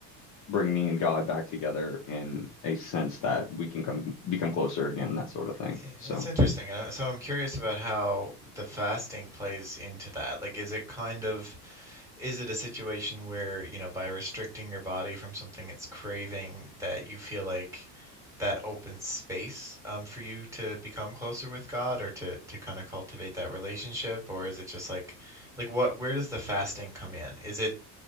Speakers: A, on the left; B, in the centre.
A: bring me and God back together in a sense that we can come become closer again, that sort of thing.
B: I-
A: So
B: That's interesting. And I- so I'm curious about how the fasting plays into that. Like, is it kind of, is it a situation where, you know, by restricting your body from something it's craving, that you feel like that opens space, um, for you to become closer with God or to, to kind of cultivate that relationship? Or is it just like, like what, where does the fasting come in? Is it,